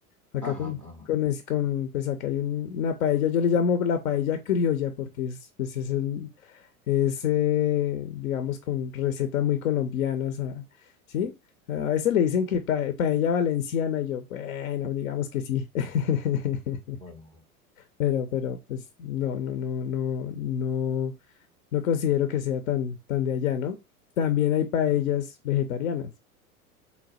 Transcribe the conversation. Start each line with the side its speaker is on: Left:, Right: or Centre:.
Left: Acá
Centre: Ajá,
Left: con,
Centre: ajá.
Left: con, es- con pues acá hay un- una paella, yo le llamo la paella criolla porque es, pues es el, es, eh, digamos, con recetas muy colombianas, ah, ¿sí? A veces le dicen que pa- paella valenciana y yo, bueno, digamos que sí. <laughs>
Centre: Bueno.
Left: Pero, pero, pues no, no, no, no, no no considero que sea tan, tan de allá, ¿no? También hay paellas vegetarianas.